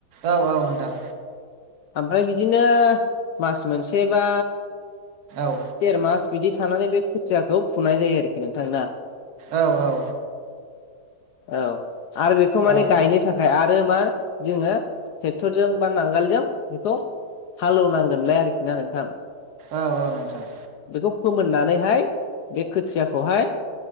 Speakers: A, on the right (about 55°); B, on the left (about 80°).
A: औ-औ नोंथां।
B: ओमफ्राय बिदिनो मास मोनसेबा
A: औ
B: देर मास बिदि थानानै बे खुथियाखौ फुनाय जायो आरोखि नोंथां ना।
A: औ-औ।
B: औ आरो बेखौ माने
A: औ
B: गायनो थाखाय आर आरो मा जोङो ट्रेक्टरजों बा नांगोलजों बेखौ हालौनांगोनलाय आरोखि ना नोंथां।
A: औ-औ नोंथां।
B: बेखौ फोमोननानै हाय बे खोथियाखौ हाय